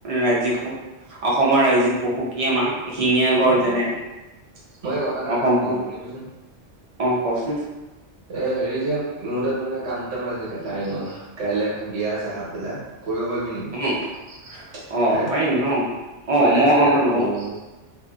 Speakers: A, on the right; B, on the right.
A: ৰাজ্যিক প অসমৰ ৰাজ্যিক পশু কি? আমাৰ এশিঙীয়া গড়
B: উম
A: যেনে।
B: মই এই কথা এটা কাৰণে
A: অসমখন
B: ফোন কৰিছিলোঁ শুনিবিচোন।
A: অ কচোন।
B: এ হেৰি যে মোৰ তাত মানে কাম এটা আছে কেটাৰিঙৰ। কাইলৈ এখন বিয়া আছে হাপবেলা। কৰিব পাৰিবি নেকি?
A: উ অ
B: হে
A: পাৰিম ন অ
B: কইনা
A: মই
B: বিয়া
A: লওঁ
B: তোৰ